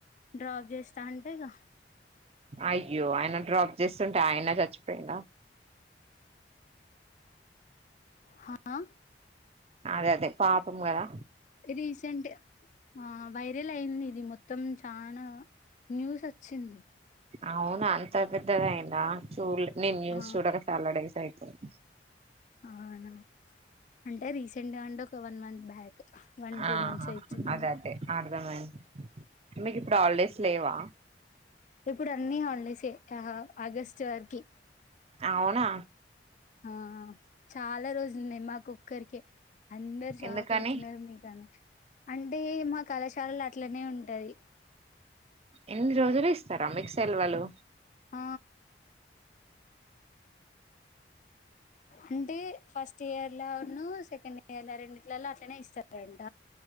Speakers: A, on the left (about 45°); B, on the right (about 35°).
A: డ్రాప్ చేస్తా అంటే ఇగ
B: అయ్యో ఆయన డ్రాప్ చేస్తుంటే ఆయనే చచ్చిపోయిండ
A: హా
B: అదే అదే పాపం కదా
A: రీసెంట్ ఆ వైరల్ అయింది ఇది మొత్తం చనా న్యూస్ వచ్చింది
B: అవును అంత పెద్దగయింద చూ నేను న్యూస్
A: ఆ
B: చూడక చాలాడేస్ అయితుంది
A: అవునా అంటే రీసెంట్ గా అంటే ఒక one month back one two
B: ఆహా
A: మంత్స్ అయితుంది
B: అద అదే అర్థం అయింది మీకు ఇప్పుడు హాలిడేస్ లేవా
A: ఇప్పుడు అన్ని హాలిడేస్ ఏ ఆ ఆగస్టు వరకి
B: అవునా
A: ఆ చాలా రోజులున్నాయి మాకోక్కరికే అందరు షాక్
B: ఎందుకని
A: అయితున్నారు మీకు అని అంటే మా కళాశాలలు అట్లనే ఉంటయ్
B: ఎన్ని రోజులు ఇస్తార మీకు సెల్వులు
A: ఆ అంటే ఫస్ట్ ఇయర్ లోనూ ఉన్న సెకండ్ ఇయర్ <unintelligible> రెండి లలో అట్లనే ఇస్తారట